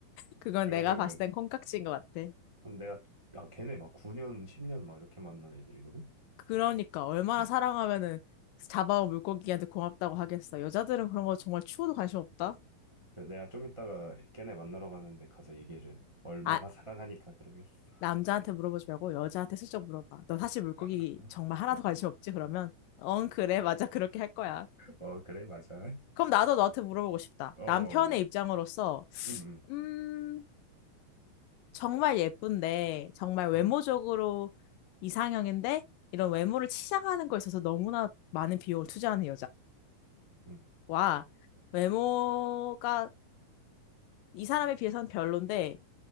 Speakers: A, on the left; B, on the right.
A: 그건
B: 그러면은,
A: 내가 봤을 땐 콩깍지인 것 같아.
B: 그럼 내가, 아, 걔네 막 9년, 10년 막 이렇게 만난 애들이거든?
A: 그러니까 얼마나
B: 음.
A: 사랑하면은 잡아온 물고기한테 고맙다고 하겠어. 여자들은 그런 거 정말 추워도 관심 없다.
B: 그래서 내가 좀 이따가 걔네 만나러 가는데 가서 얘기해줘야 돼. 얼마나
A: 아,
B: 사랑하니까 그러겠어.
A: 남자한테 물어보지 말고 여자한테 슬쩍 물어봐. 너 사실 물고기
B: <laughs>
A: 정말 하나도 관심 없지? 그러면 응, 그래. 맞아. 그렇게 할 거야.
B: 어, 그래, 맞아.
A: 그럼 나도 너한테 물어보고 싶다.
B: 어,
A: 남편의 입장으로서
B: 응,
A: 음 정말 예쁜데, 정말 외모적으로
B: 응,
A: 이상형인데, 이런 외모를 치장하는 거에 있어서 너무나 많은 비용을 투자하는
B: 응.
A: 여자와 외모가 이 사람에 비해서는 별론데,